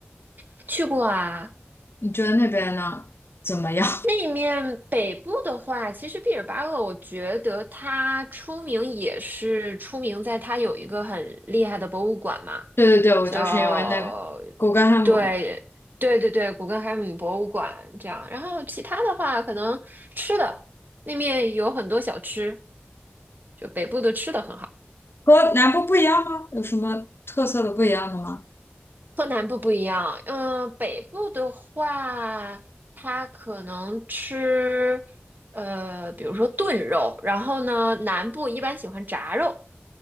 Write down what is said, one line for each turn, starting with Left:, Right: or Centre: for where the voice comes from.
Right: <laughs> 去过啊。
Left: 你觉得那边呢怎么样？
Right: 那面北部的话，其实毕尔巴鄂，我觉得它出名也是出名在它有一个很厉害的博物馆嘛，
Left: <laughs> 对对对，我就是因为那个古根汉姆
Right: 叫对对对对，古根海姆博物馆这样。然后其他的话，可能吃的那面有很多小吃，就北部的吃的很好。
Left: 和南部不一样吗？有什么特色的不一样的吗？
Right: 和南部不一样，嗯，北部的话，它可能吃，呃，比如说炖肉，然后呢，南部一般喜欢炸肉，